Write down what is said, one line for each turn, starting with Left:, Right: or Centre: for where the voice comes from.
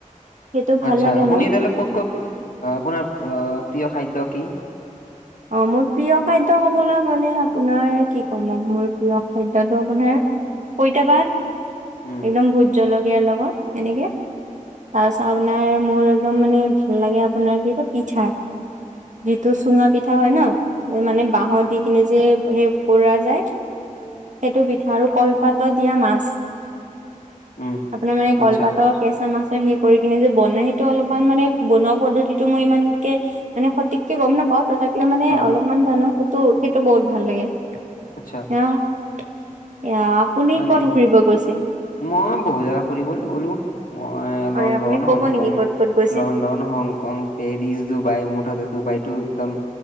Right: সেইটো ভাল
Left: আচ্ছা
Right: লাগে
Left: আপুনি
Right: মোৰ
Left: ইতালে ক'ত ক'ত আপোনাৰ প্ৰিয় খাদ্য কি
Right: অ মোৰ প্ৰিয় খাদ্য কবলৈ গলে আপোনাৰ কি ক'ম মোৰ প্ৰিয় খাদ্য টো আপোনাৰ পইতা ভাত
Left: উম
Right: একদম ভোট জলকীয়াৰ লগত সেনেকে তাৰপিছত আপোনাৰ মোৰ একদম মানে ভাল লাগে আপোনাৰ কি কয় পিঠা বি ত চুঙা পিত পিঠা হয় ন মানে বাঁহৰ দি কিনে যে সেই পুৰা যায় সেইটো পিঠা আৰু কলপাতত দিয়া মাছ
Left: উম
Right: আপোনাৰ মানে
Left: আচ্ছা
Right: কলপাতৰ কেঁচা মাছৰ সেই কৰি কিনে যে বনাই সেইটো অলপমান মানে বনোৱা পদ্ধতিটো মই ইমানকে মানে সঠিককে গম নাপাও তথাপিও মানে
Left: হ
Right: অলপমান জানো সেইটো সেইটো বহুত ভাল লাগে
Left: আচ্ছা
Right: এয়া আপুনি
Left: হয় নেকি?
Right: কত ঘুৰিব গৈছিল
Left: মই বহুত জেগা ফুৰিবলে গলো মই
Right: হয়
Left: লণ্ডন
Right: আপুনি ক'ব
Left: হংকং
Right: নেকি
Left: লণ্
Right: ক'ত ক'ত গৈছে
Left: লণ্ডন হংকং পেৰিছ ডুবাই মুঠতে ডুবাইটো একদম